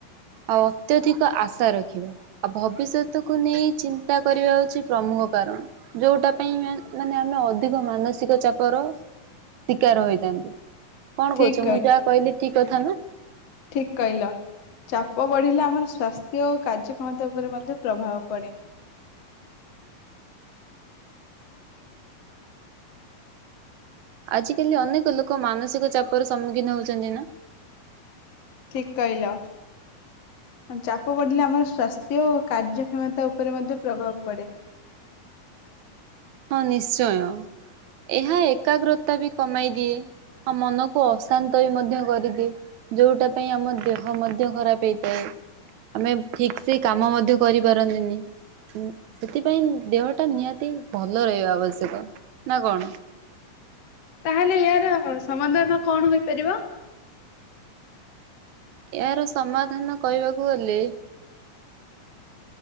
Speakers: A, on the right (about 70°); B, on the left (about 55°).
A: ଆଉ ଅତ୍ୟଧିକ ଆଶା ରଖିବା ଆଉ ଭବିଷ୍ୟତକୁୁ ନେଇ ଚିନ୍ତା କରିବା ହଉଛି ପ୍ରମୁଖ କାରଣ। ଯୋଉଟା ପାଇଁ ମାନେ ଆମେ ଅଧିକ ମାନସିକ ଚାପର ଶିକାର ହୋଇଥାନ୍ତି କଣ
B: ଠିକ୍
A: କହୁଛ ମୁଁ ଯାହା କହିଲି ଠିକ କଥା ନା?
B: ଠିକ କହିଲ ଚାପ ବଢିଲେ ଆମର ସ୍୍ୱାସ୍ଥ୍ୟ ଓ କାର୍ଯ୍ୟକ୍ଷମତା ଉପରେ ମଧ୍ୟ ପ୍ରଭାବ ପଡେ।
A: ଆଜିକାଲି ଅନେକ ଲୋକ ମାନସିକ ଚାପର ସମ୍ମୁଖୀନ ହଉଛନ୍ତି ନା?
B: ଠିକ କହିଲ ଚାପ ପଡିଲେ ଆମର ସ୍ଵାସ୍ଥ୍ୟ ଓ କାର୍ଯ୍ୟକ୍ଷମତା ଉପରେ ମଧ୍ୟ ପ୍ରଭାବ ପଡେ।
A: ହଁ ନିଶ୍ଚୟ ଏହା ଏକାଗ୍ରତା ବି କମାଇ ଦିଏ ଆଉ ମନକୁ ଅସ ଶାନ୍ତ ବି ମଧ୍ୟ କରିଦିଏ ଯୋଉଟା ପାଇଁ ଆମ ଦେହ ମଧ୍ୟ ଖରାପ ହେଇଥାଏ। ଆମେ ଠିକ ସେ କାମ ମଧ୍ୟ କରିପାରନ୍ତିନି ଉଁ ସେଥିପାଇଁ ଦେହଟା ନିହାତି ଭଲ ରହିବା ଆବଶ୍ୟକ ନା କଣ?
B: ତାହେଲେ ଏହାର ସମାଧ କଣ ହୋଇପାରିବ?
A: ଏହାର ସମାଧାନ କହିବାକୁ ଗଲେ